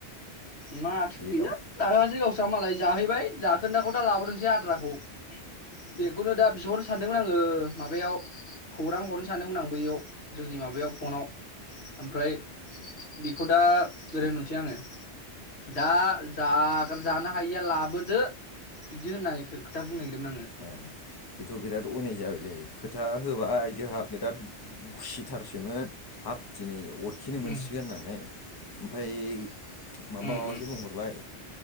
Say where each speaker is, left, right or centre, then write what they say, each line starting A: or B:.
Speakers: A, on the left; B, on the left.
A: माथो
B: डेटआव
A: गैया <unintelligible> मालाय जाहैबाय जाखोन्दाखौ दा लाबोदोंसै आद्राखौ बेखौनो दा बिहरनो सानदोंमोन आङो माबायाव खौरां हरनो सानदोंमोन आं बैयाव जोंनि माबायाव फनाव ओमफ्राय बिखौ दा ओरै
B: बिदि
A: होनहरसै आङो। दा जा जानो हायिया लाबोदो बिदि होनना खोथा बुंनो नागिरदोंमोन
B: ए बेथ' बिराद अनाय जाबायलै। खोथा होबाय जोंहा बिराद खुसिथारसैमोन हाब दिनै अरखेनो
A: आङो
B: मोनसिगोन
A: उम
B: होननानै ओमफ्राय माबा
A: उम
B: माबासो
A: उम
B: बुंहरबाय।